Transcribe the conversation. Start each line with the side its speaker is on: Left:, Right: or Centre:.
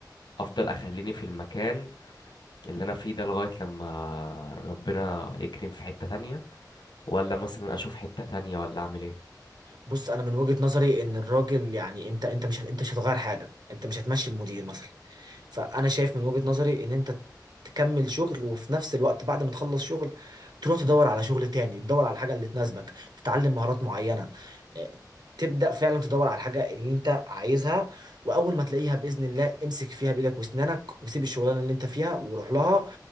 Left: افضل اخليني في المكان اللي انا فيه ده لغاية لما ربنا يكرم في حتة تانية ولا مثلا اشوف حتة تانية ولا اعمل ايه
Right: بص انا من وجهة نظري ان الراجل يعني انت انت مش هت- انت مش هتغير حاجه انت مش هتمشي المدير مثلا فانا شايف من وجهة نظري ان انت تكمل شغل وفي نفس الوقت بعد ما تخلص شغل تروح تدور على شغل تاني تدور على الحاجه اللي تناسبك تتعلم مهارات معينه آه، تبدا فعلا تدور على الحاجه اللي انت عايزها واول ما تلاقيها باذن الله امسك فيها بايدك واسنانك وسيب الشغلانه اللي انت فيها وروح لها